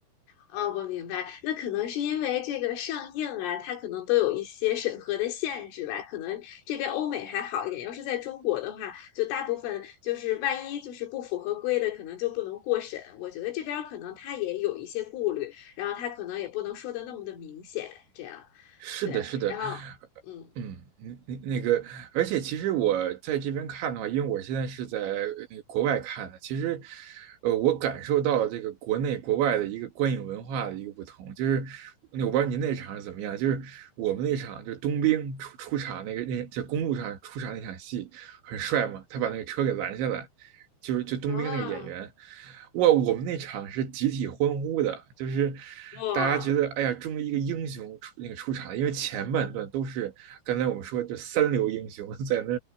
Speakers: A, on the left; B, on the right.
A: 哦，我明白，那可能是因为这个上映啊，它可能都有一些审核的限制吧。可能这边欧美还好一点，要是在中国的话，就大部分就是万一就是不符合规的，可能就不能过审。我觉得这边儿可能他也有一些顾虑，然后他可能也不能说的那么的明显，这样
B: 是的，
A: 对。
B: 是的，
A: 然后，嗯，
B: 嗯，那那那个，而且其实我在这边看的话，因为我现在是在呃那个国外看的，其实，呃，我感受到了这个国内国外的一个观影文化的一个不同，就是那我不知道您那场是怎么样，就是我们那场就是冬兵出出场那个那就公路上出场那场戏，很帅嘛，他把那个车给拦下来，就是就冬兵那个演员，
A: 啊，
B: 哇，我们那场是集体欢呼的，就是
A: 哇。
B: 大家觉得哎呀，终于一个英雄出那个出场了因为前半段都是刚才我们说就三流英雄 <laughs> 在那